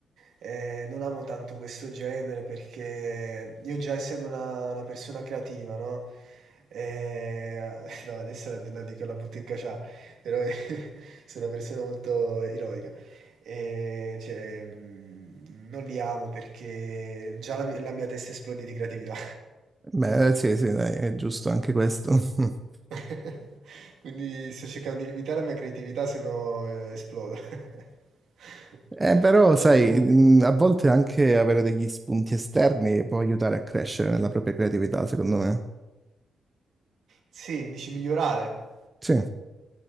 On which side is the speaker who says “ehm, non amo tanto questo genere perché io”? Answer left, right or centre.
Right